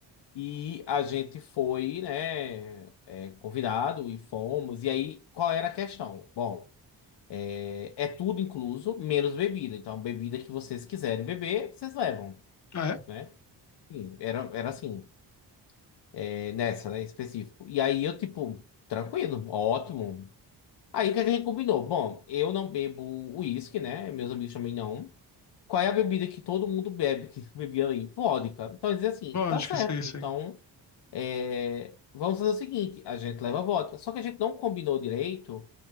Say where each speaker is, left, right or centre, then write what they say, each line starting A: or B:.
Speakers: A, on the left; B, on the left.
A: E a gente foi, né, é, convidado e fomos. E aí, qual era a questão? Bom, é, é tudo incluso, menos bebida. Então, a bebida que vocês quiserem beber, vocês levam,
B: Ah, é?
A: né? Sim, era, era assim. É, Nessa, né, em específico. E aí eu, tipo, tranquilo, ótimo. Aí o que é que a gente combinou? Bom, eu não bebo uísque, né? Meus amigos também não. Qual é a bebida que todo mundo bebe, que <laughs> bebia ali? Vodka. Então dizer assim,
B: Vodka,
A: tá certo.
B: sim, sim.
A: Então, é, vamos fazer o seguinte: a gente leva vodka. Só que a gente não combinou direito